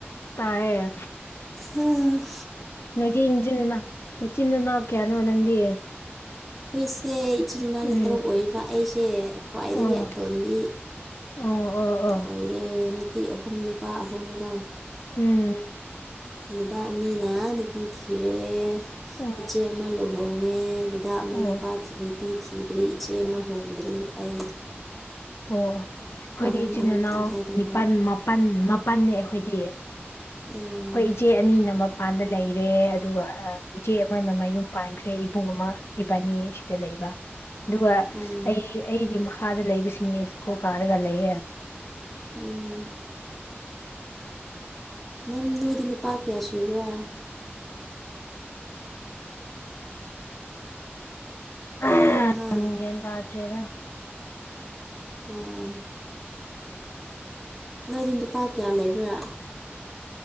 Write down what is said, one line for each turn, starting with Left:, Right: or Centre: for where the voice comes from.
Left: ꯇꯥꯏꯌꯦ
Centre: ꯎꯝ
Left: ꯅꯣꯏꯗꯤ ꯢꯟꯆꯤꯟꯅ ꯅꯆꯤꯟ ꯅꯅꯥꯎ ꯀꯌꯥꯅꯣ ꯅꯪꯗꯤ
Centre: ꯑꯩꯈꯣꯏꯁꯦ ꯏꯆꯤꯟ ꯏꯅꯥꯎꯁꯦ
Left: ꯎꯝ
Centre: ꯇꯔꯨꯛ ꯑꯣꯏꯌꯦꯕ ꯑꯩꯁꯦ ꯈ꯭ꯋꯥꯏꯗꯒꯤ
Left: ꯑꯣ
Centre: ꯑꯇꯣꯟꯕꯤ
Left: ꯑꯣ ꯑꯣ ꯑꯣ
Centre: ꯑꯣꯏꯔꯦ ꯅꯨꯄꯤ ꯑꯍꯨꯝ ꯅꯨꯄꯥ ꯑꯍꯨꯝꯒ
Left: ꯎꯝ
Centre: ꯅꯨꯗꯥ ꯑꯅꯤꯅ ꯅꯨꯄꯤ ꯊꯤꯔꯦ
Left: ꯑꯣ
Centre: ꯏꯆꯦ ꯑꯃ ꯂꯨꯍꯣꯡꯉꯦ ꯅꯨꯄꯥ ꯑꯃ
Left: ꯑꯣ
Centre: ꯅꯨꯄꯥ ꯅꯨꯄꯤ ꯊꯤꯗ꯭ꯔꯤ ꯏꯆꯦ ꯑꯃ ꯍꯣꯡꯗ꯭ꯔꯤ ꯑꯩ
Left: ꯑꯣ ꯑꯩꯈꯣꯏꯗꯤ
Centre: ꯑꯍꯨꯝ
Left: ꯏꯆꯤꯟ
Centre: ꯑꯍꯨꯝ
Left: ꯏꯅꯥꯎ
Centre: ꯇꯪꯈꯥꯏ ꯇꯪꯈꯥꯏ
Left: ꯅꯤꯄꯥꯜ ꯃꯥꯄꯜ ꯃꯥꯄꯜꯅꯦ ꯑꯩꯈꯣꯏꯗꯤ ꯑꯩꯈꯣꯏ
Centre: ꯎꯝ
Left: ꯏꯆꯦ ꯑꯅꯤꯅ ꯃꯄꯥꯟꯗ ꯂꯩꯔꯦ ꯑꯗꯨꯒ ꯏꯆꯦ ꯑꯃꯅ ꯃꯌꯨꯝ ꯄꯥꯟꯈ꯭ꯔꯦ ꯏꯕꯨꯡ ꯑꯃ ꯏꯕꯥꯅꯤ ꯑꯁꯤꯗ ꯂꯩꯕ ꯑꯗꯨꯒ
Centre: ꯎꯝ
Left: ꯑꯩ ꯑꯩꯒꯤ ꯃꯈꯥꯗ ꯂꯩꯕꯁꯤꯡꯗꯤ ꯁ꯭ꯀꯨꯜ ꯀꯥꯔꯒ ꯂꯩꯌꯦ
Centre: ꯎꯝ ꯅꯪ ꯅꯣꯏꯗꯤ ꯅꯨꯄꯥ ꯀꯌꯥ ꯁꯨꯕ꯭ꯔꯥ
Left: ꯎ <unintelligible>
Centre: ꯍꯥꯥ
Left: ꯒ꯭ꯌꯥꯟ ꯇꯥꯗ꯭ꯔꯦꯗ
Centre: ꯑꯝ ꯅꯣꯢꯗꯤ ꯅꯨꯄꯥ ꯀꯌꯥ ꯂꯩꯕ꯭ꯔꯥ